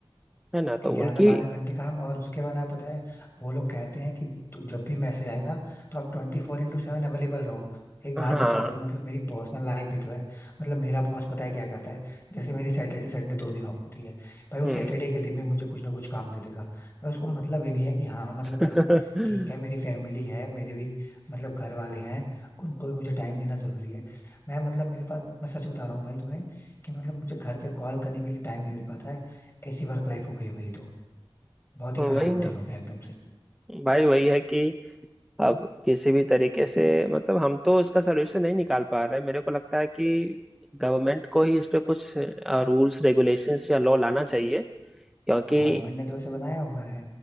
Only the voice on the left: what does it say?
ग्यारह
बारह घंटे का हम और उसके बाद यहाँ पता है वो लोग कहते हैं कि तो जब भी मैसेज आए ना तो आप ट्वेंटी फोर इंटू सेवन अवेलेबल रहो एक बात
बताओ भाई मतलब मेरी पर्सनल लाइफ भी तो है मतलब मेरा बॉस पता है क्या करता है जैसे मेरी सैटरडे संडे दो दिन ऑफ होती है भाई वो
सैटरडे के दिन भी मुझे कुछ ना कुछ काम दे देगा भाई उसको मतलब ही नहीं है कि हाँ मतलब
भाई ठीक है मेरी फैमिली है मेरे भी मतलब घर वाले हैं उनको भी मुझे टाइम देना जरूरी है मैं मतलब मेरे पास मैं सच बता रहा हूँ भाई तुम्हें कि मतलब मुझे घर पे कॉल करने के लिए टाइम नहीं मिल पाता है ऐसी वर्क लाइफ हो गई है मेरी तो बहुत ही
खराब रूटीन
हो गया एकदम से
गवर्नमेंट ने तो ऐसे बनाया हुआ है